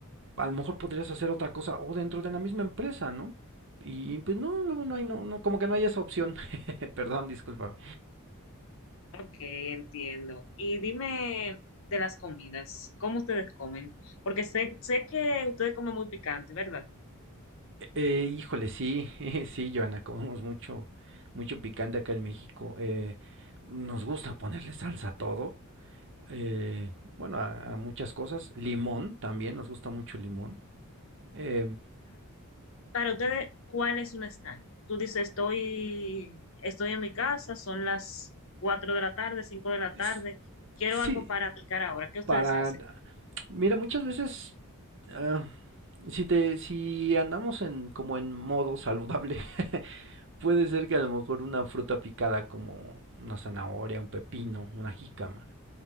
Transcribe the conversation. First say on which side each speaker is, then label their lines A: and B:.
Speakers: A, on the right; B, on the left.
A: a lo mejor podrías hacer otra cosa o dentro de la misma empresa, ¿no? Y pues no, luego no hay, no, no, como que no hay esa opción. <laughs> Perdón, disculpa.
B: ok, entiendo. Y dime de las comidas, ¿cómo ustedes comen? Porque sé, sé que ustedes comen muy picante, ¿verdad?
A: Eh, eh, híjole, sí, <laughs> sí, Joana, comemos mucho, mucho picante acá en México. Eh, nos gusta ponerle salsa a todo. eh, bueno, a, a muchas cosas. Limón también, nos gusta mucho el limón. Eh,
B: Para ustedes, ¿cuál es un snack? Tú dices, estoy, estoy en mi casa, son las 4 de la tarde, 5 de la
A: s-
B: tarde, quiero
A: sí,
B: algo para aplicar ahora. ¿Qué ustedes
A: para...
B: hacen?
A: Mira, muchas veces... ah, si te, si andamos en como en modo saludable, <laughs> Puede ser que a lo mejor una fruta picada como una zanahoria, un pepino, una jícama.